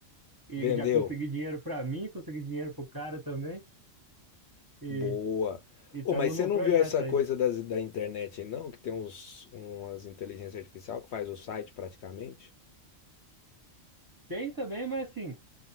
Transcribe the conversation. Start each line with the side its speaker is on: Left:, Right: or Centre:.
Right: e
Left: vendeu.
Right: já consegui dinheiro pra mim, consegui dinheiro pro cara também, e
Left: Boa.
Right: estamos
Left: Oh, mas você
Right: num
Left: não
Right: projeto
Left: viu essa
Right: aí.
Left: coisa das, da internet, não? Que tem uns, umas inteligência artificial que faz o site praticamente?
Right: Tem também, mas assim,